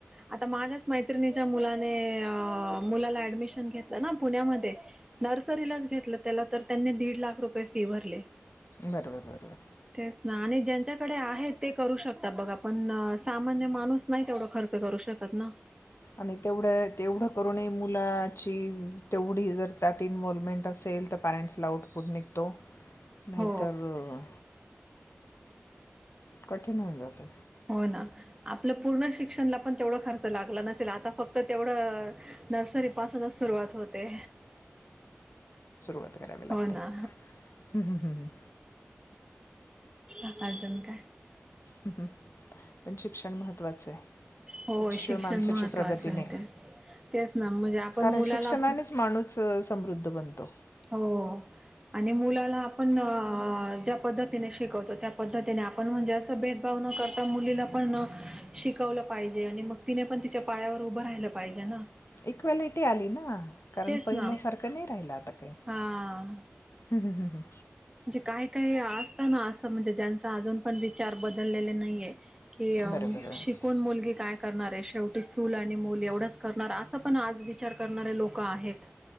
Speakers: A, on the right; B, on the left.
A: आता माझ्याच मैत्रिणीच्या मुलाने मुलाला ऍडमिशन घेतलं ना पुण्यामध्ये नर्सरीलाच घेतलं त्याला तर त्यांनी दीड लाख रुपये फी भरले
B: बरोबर बरोबर.
A: तेच ना आणि ज्यांच्याकडे आहे ते करू शकतात बघा पण सामान्य माणूस नाही तेवढं खर्च करू शकत ना
B: आणि तेवढ तेवढं करू मुला ची तेवढी जर त्यात इन्वॉवमेंट असेल तर पॅरेंट्सला आउटपुट निघतो. नाही
A: हो
B: तरर. कठीण होऊन जातं.
A: हो ना आपलं पूर्ण शिक्षणला पण तेवढा खर्च लागला नसेल आ. आता फक्त तेवढं नर्सरी पासूनच सुरुवात होते.
B: रा लागते
A: हो ना
B: हम्म हम् हम्.
A: अकारजन का.
B: हम्म् पण शिक्षण महत्त्वाचं आहे.
A: हो
B: त्याच्याशिवाय
A: शिक्षण
B: माणसाची
A: महत्त्वाचं
B: प्रगती नाही
A: आहे ते. तेच ना म्हणजे आपण
B: कारण
A: मुलाला.
B: शिक्षणानेच माणूस अ, समृद्ध बनतो.
A: हो. आणि मुलाला आपण ज्या पद्धतीने शिकवतो त्या पद्धतीने आपण म्हणजे अस भेदभव. ता मुलीला पण शिकवलं पाहिजे आणि मग तिने पण तिच्या पायावर उभं राहिलं पाहिजे ना.
B: इक्वेलिटी आली ना. कारण
A: तेच
B: पहिल्या
A: ना.
B: सारखं नाही राहिल आता काही
A: हां.
B: हम् हम् हम्म हम्.
A: म्हणजे काही काही असताना असं म्हणजे ज्यांचा अजून पण विचार बदललेले नाहीये. की
B: बरोबर आहे
A: शिकून मुलगी काय करणार आहे शेवटी चूल आणि मल एवढंच करणार असं पण आज. विचार करणारे लोक आहेत.